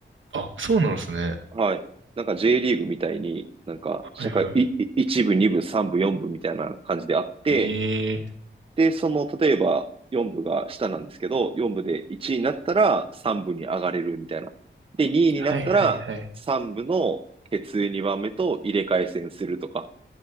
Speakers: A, on the right (about 75°); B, on the right (about 25°).
A: あ、そうなんですね。
B: はい。なんか J リーグみたいに、なんか社会、
A: はいはい。
B: い、い一部、二部、三部、四部みたいな感じであって、
A: ええ
B: で、その、例えば四部が下なんですけど、四部で1位になったら三部に上がれるみたいな。で、2位になったら三部の決意2番目と入れ替え戦するとか。
A: はいはいはい。